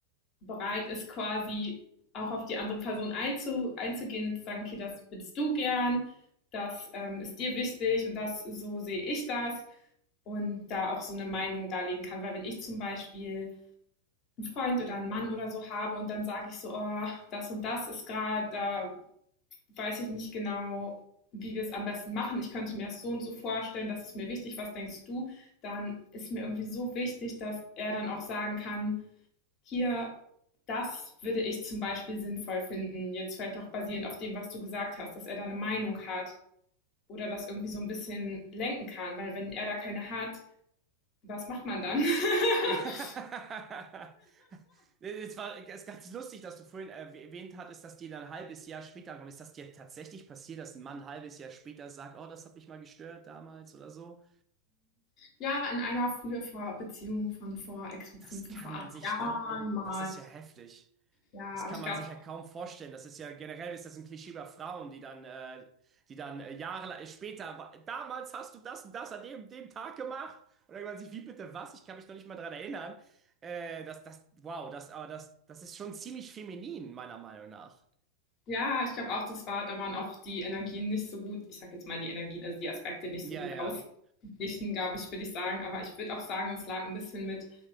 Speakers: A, on the left (about 35°); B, on the right (about 25°).
A: bereit ist, quasi auch auf die andere Person einzu, einzugehen und zu sagen, okay, das willst du gern, das ähm, ist dir wichtig und das, so sehe ich das und da auch so eine Meinung darlegen kann. Weil wenn ich zum Beispiel einen Freund oder einen Mann oder so habe und dann sage ich so, oh, das und das ist gerade, da weiß ich nicht genau, wie wir es am besten machen. Ich könnte mir das so und so vorstellen, das ist mir wichtig, was denkst du? Dann ist mir irgendwie so wichtig, dass er dann auch sagen kann, hier, das würde ich zum Beispiel sinnvoll finden, jetzt vielleicht auch basierend auf dem, was du gesagt hast, dass er da eine Meinung hat oder das irgendwie so ein bisschen lenken kann, weil wenn er da keine hat, was macht man dann? <laughs>
B: <laughs> Ja. Es war es ist ganz lustig, dass du vorhin erwäh- erwähnt hattest, dass dir dann ein halbes Jahr später kommt. Ist das dir tatsächlich passiert, dass ein Mann ein halbes Jahr später sagt, oh, das hat mich mal gestört damals oder so?
A: ja, in einer früher vor Beziehung von vor, Ex-Beziehung
B: Das
A: von
B: kann
A: vor acht
B: man sich,
A: Jahren
B: das,
A: mal.
B: das ist ja heftig.
A: Ja,
B: Das
A: aber
B: kann
A: ich
B: man
A: glaube,
B: sich ja kaum vorstellen. Das ist ja generell ist das ein Klischee über Frauen, die dann, äh, die dann äh, Jahre später, damals hast du das und das an dem, dem Tag gemacht. Und dann denkt man sich, wie bitte was? Ich kann mich noch nicht mal dran erinnern. Äh, das, das, wow, das, aber das, das ist schon ziemlich feminin, meiner Meinung nach.
A: Ja, ich glaube auch, das war, da waren auch die Energien nicht so gut, ich sag jetzt mal die Energien, also die Aspekte nicht
B: Ja,
A: so gut
B: ja.
A: ausgeglichen, glaube ich, würde ich sagen. Aber ich würde auch sagen, es lag ein bisschen mit